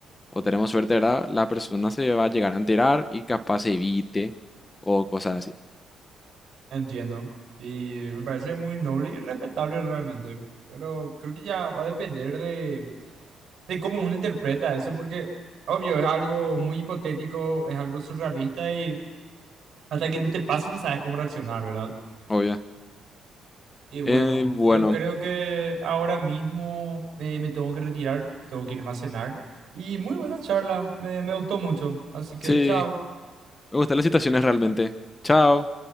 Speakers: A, on the left (about 25°); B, on the right (about 65°).
A: o tenemos suerte, ¿verdad? La persona se va a llegar a enterar y capaz se evite o cosas así,
B: Entiendo. Y me parece muy noble y respetable realmente. Pero creo que ya va a depender de, de cómo uno interpreta eso, porque obvio, es algo muy hipotético, es algo surrealista y hasta que no te pase no sabes cómo reaccionar, ¿verdad?
A: obvio.
B: Y bueno,
A: Eh, bueno,
B: yo creo que ahora mismo eh, me tengo que retirar, tengo que irme a cenar. Y muy buena charla, me, me gustó mucho. Así que
A: sí,
B: chao.
A: me gustan las situaciones realmente. Chao.